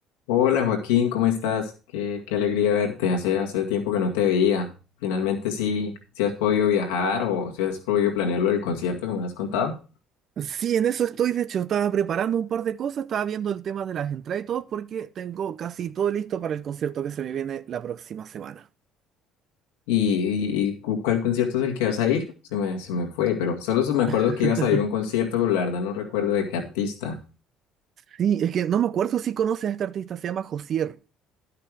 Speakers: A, on the left (about 75°); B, on the right (about 50°).
A: Hola Joaquín, ¿cómo estás? Qué, qué alegría verte. Hace, hace tiempo que no te veía. Finalmente sí, sí has podido viajar o si has podido planear lo del concierto que me has contado.
B: Sí, en eso estoy. De hecho, estaba preparando un par de cosas, estaba viendo el tema de las entradas y todo, porque tengo casi todo listo para el concierto que se me viene la próxima semana.
A: ¿Y, y- y cu- cuál concierto es el que vas a ir? Se me, se me fue, pero solo se- me acuerdo
B: <laughs>
A: que ibas a ir a un concierto, pero la verdad no recuerdo de qué artista.
B: Sí, es que no me acuerdo si conoces a este artista, se llama Josier,